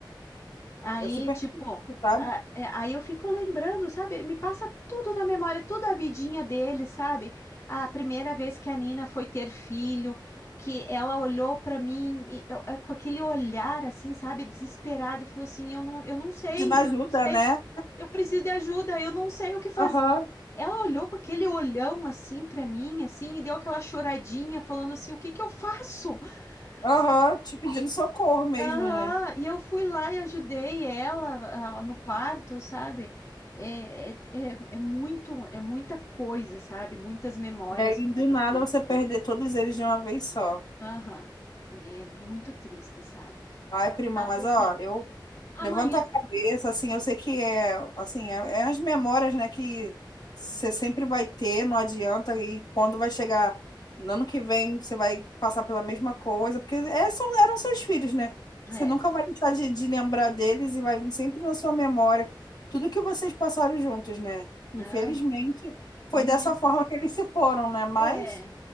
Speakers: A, on the left; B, on the left.
A: Aí,
B: Eu super
A: tipo,
B: te entendo, sabe?
A: a- é, aí eu fico lembrando, sabe? Me passa tudo na memória, tudo a vidinha dele, sabe? A primeira vez que a Nina foi ter filho, que ela olhou pra mim e eu- é, com aquele olhar assim, sabe, desesperada, e falou assim: "Eu não, eu não sei,
B: Pedindo ajuda,
A: eu não sei.
B: né?
A: Eu preciso de ajuda, eu não sei o que fazer".
B: Aham,
A: Ela olhou com aquele olhão assim pra mim, assim, e deu aquela choradinha, falando assim: "O que que eu faço?"
B: aham,
A: <laughs>
B: te pedindo socorro mesmo,
A: Aham,
B: né?
A: e eu fui lá e ajudei ela, ah, no parto, sabe? É, é, é, é muito, é muita coisa, sabe? Muitas memórias
B: E aí,
A: boas
B: do nada,
A: que ele
B: você perder
A: tem.
B: todos eles de uma vez só.
A: Aham, é muito triste, sabe?
B: Ai, prima,
A: Mas
B: mas
A: assim,
B: ó, eu
A: amanhã,
B: levanto a cabeça, assim, eu sei que é, assim, é, é as memórias, né, que você sempre vai ter, não adianta, e quando vai chegar no ano que vem, você vai passar pela mesma coisa, porque é, são, eram seus filhos, né? Você
A: é,
B: nunca vai deixar de, de lembrar deles e vai vir sempre na sua memória tudo que vocês passaram juntos, né? Infelizmente,
A: aham,
B: foi
A: muitos,
B: dessa forma que eles se foram, né? Mas.
A: é,